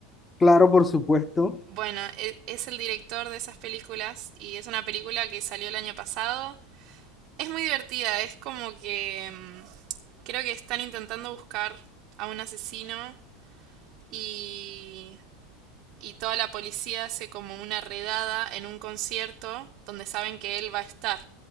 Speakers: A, on the left; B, on the right.
A: Claro, por supuesto.
B: Bueno, e- es el director de esas películas y es una película que salió el año pasado Es muy divertida, es como que mm, creo que están intentando buscar a un asesino y, y toda la policía hace como una redada en un concierto donde saben que él va a estar.